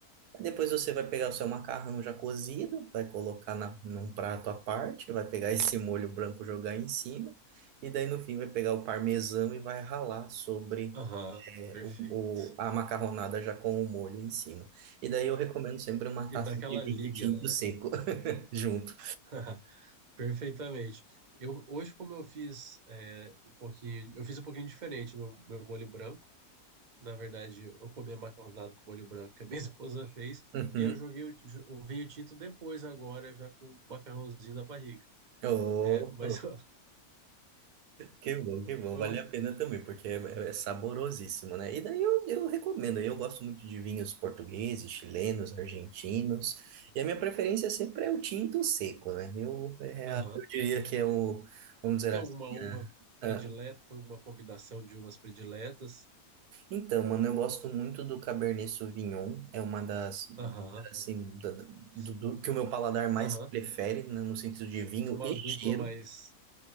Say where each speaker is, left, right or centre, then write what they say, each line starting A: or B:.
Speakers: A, on the right; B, on the right.
A: Aí Depois você vai pegar o seu macarrão já cozido, vai colocar na, num prato à parte, vai pegar esse molho branco jogar em cima, e daí no fim vai pegar o parmesão e vai ralar sobre
B: Aham,
A: é,
B: perfeito.
A: o, o- a macarronada já com o molho em cima. E daí eu recomendo sempre uma
B: E
A: taça
B: daquela
A: de vinho
B: liga,
A: tinto
B: né?
A: seco <laughs> junto.
B: <laughs> Perfeitamente. Eu, hoje, como eu fiz é, um pouquinho, eu fiz um pouquinho diferente meu, meu molho branco. Na verdade, eu comi macarronada com molho branco que a minha <laughs> esposa fez
A: Uhum.
B: e eu joguei o, ti- o vinho tinto depois, agora, já com o macarrãozinho na barriga.
A: Oh.
B: É, mas <laughs> ó,
A: Que bom, que bom.
B: foi
A: Vale
B: um.
A: a pena também, porque é, é é saborosíssimo, né? E daí eu, eu recomendo. Eu gosto muito de vinhos portugueses, chilenos, argentinos. E a minha preferência sempre é o tinto seco, né? Eu, é,
B: Aham.
A: a- eu diria que é o, vamos dizer
B: Tem
A: assim,
B: alguma uva
A: a-
B: predileta,
A: a-
B: alguma combinação de uvas prediletas?
A: Então, mano, eu gosto muito do Cabernet Sauvignon. É uma das,
B: Aham.
A: assim, da- do,
B: Sim.
A: do- que o meu paladar mais
B: Aham.
A: prefere, né, no sentido de vinho
B: Uma
A: e
B: dupla
A: cheiro.
B: mais.